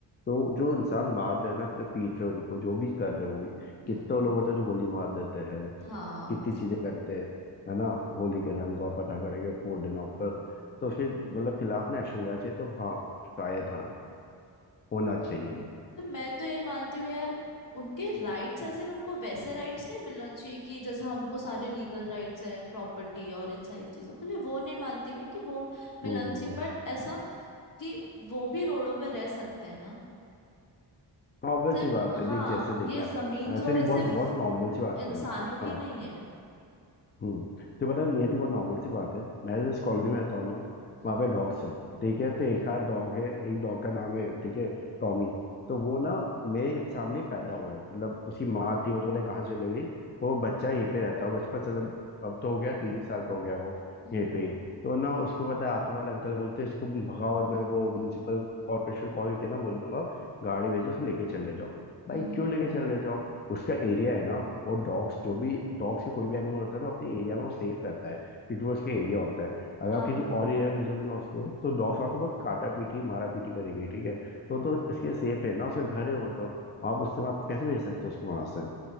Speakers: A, on the left (about 25°); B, on the left (about 50°).
A: तो जो इंसान मार रहे हैं ना जो पीट रहे हैं उनको जो भी कर रहे हैं वो
B: हम्म
A: कितने लोग होते हैं जो गोली मार देते हैं
B: हाँ
A: कितनी चीजें करते हैं है ना होली के रंग और पटाखे वटाखे फोड़ देना ऊपर तो उसके मतलब खिलाफ ना एक्शन लेना चाहिए तो हाँ शायद हाँ होना चाहिए
B: मतलब मैं तो ये मानती हूँ यार उनके राइट्स ऐसे न, उनको वैसे राइट्स नहीं मिलना चाहिए कि जैसे हमको सारे लीगल राइट्स हैं प्रॉपर्टी और इन सारी चीजों के लिए वो नहीं मानती मैं कि वो मिलना
A: हम्म हम्म
B: चाहिए
A: हम्म
B: बट ऐसा कि वो भी रोडों पे रह सकते हैं ना
A: ऑब्वियस
B: सिर्फ
A: सी बात है
B: हाँ
A: देख जैसे देख
B: ये
A: मैं
B: जमीन जो
A: ऐसे
B: है
A: देख
B: सिर्फ
A: बहुत बहुत नॉर्मल सी बात
B: इंसानों
A: है हाँ
B: की नहीं है
A: हम्म तो पता है, नियति बहुत नॉर्मल सी बात है मैं जिस कॉलोनी में रहता हूँ ना
B: हम्म
A: वहाँ पे डॉग्स है ठीक है तो एक
B: हम्म
A: आध डॉग है एक डॉग का नाम है ठीक है टॉमी तो वो ना मेरे सामने ही पैदा हुआ है मतलब उसकी माँ थी वो तो पता नहीं कहाँ चले गई वो बच्चा यहीं पे रहता है बचपन से मतलब अब तो हो गया तीन साल का हो गया वो
B: हम्म
A: यहीं पे ही तो ना उसको पता है आसपास वाले अंकल बोलते हैं इसको भगाओ मैं वो म्यूनसिपल कॉर्पोरेशन कॉल करके ना बोल दूंगा गाड़ी भेजो उसको लेके चले जाओ भाई
B: हम्म हम्म,
A: क्यों लेके चले जाओ उसका एरिया है ना और डॉग्स जो भी डॉग से कोई भी एनिमल होता है ना अपने एरिया में वो सेफ रहता है क्योंकि वो उसके एरिया होता है
B: हाँ
A: अगर आप किसी और एरिया में भेजोगे ना उसको तो डॉग्स वहाँ पे बहुत काटा पीटी मारा पीटी करेंगे ठीक है तो तो इसके सेफ है ना उसका घर है वो तो आप उससे आप कैसे भेज सकते हो उसको वहां से